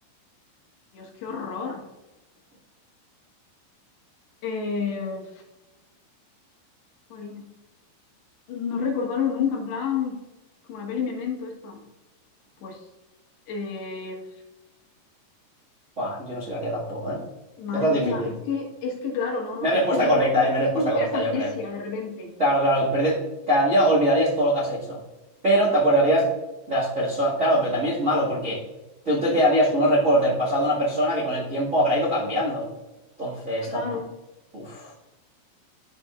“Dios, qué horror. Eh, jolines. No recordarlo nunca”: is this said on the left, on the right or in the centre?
Left